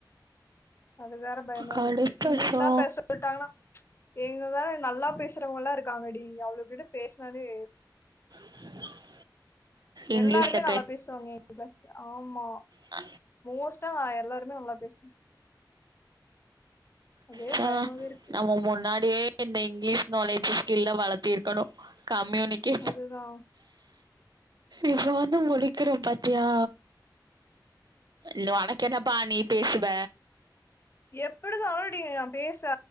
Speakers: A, on the left; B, on the right.
A: அது வேற பயமா
B: கடுப்பு
A: இருக்கு இங்கிலீஷ்லா
B: சோ
A: பேச சொல்டாங்கனா இங்க வேற நல்லா பேசுறவங்கலா இருக்காங்கடி அவ்லுங்க கிட்ட பேசுனாவே
B: <inaudible> இங்கிலீஷ்ல
A: எல்லாருமே நல்லா பேசுவாங்க எங்க கிளாஸ்ல ஆமா
B: அ
A: மோஸ்டா நா எல்லாருமே நல்லா பேசுவ அதே
B: ச
A: பயமாவே இருக்கு
B: நம்ம முன்னா டியே இந்த இங்கிலீஷ் நாலேஜ் ஸ்கில்ல வளத்திருக்கணு கம்யூனிகே
A: அதுதா
B: இப்ப வந்து முழிக்குறோ பாத்தியா இ உனக்கென்னப்பா நீ பேசுவ
A: எப்படிதா டி நா பேச